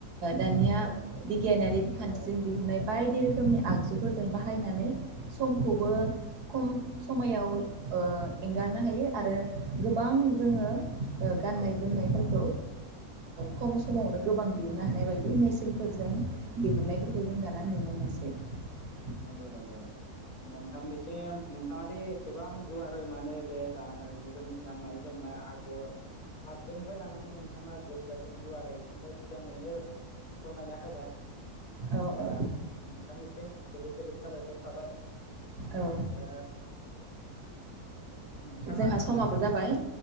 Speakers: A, on the right (about 80°); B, on the left (about 50°).
A: दानिया
B: नंगौ नंगौ
A: बिगियानारि खान्थिजों
B: औ
A: दिहुननाय। बायदि रोखोमनि आगजुफोरजों बाहायनानै। समखौबो खम समायाव एंगारनो हायो आरो गोबां जोङो गाननाय
B: औ नंगौ
A: जोमनायफोरखौ
B: औ
A: खम समावनो। गोबां दिहुननो हानाय बायदि मेसिनफोरजों दिहुनन्नायफोरखौ जों दाना नुनो मोनसै ।
B: नंगौ नंगौ नंगौ । नोंथांनिसिम नोंथांङा दे। एसेबां गुवारै माने बे गा जोंनि गाननाय जोमनाय आगर फारसेनिफ्राय लानानै नोंथांङा जोबजासिम गुवारै मोजांङैनो फोरमायना होबाय।
A: औ
B: ओ
A: औ
B: नोंथांनिसिम। जोबोद जोबोद साबायखर थाबाय।
A: औ
B: दा नोंथांङा
A: जोंहा समाबो जाबाय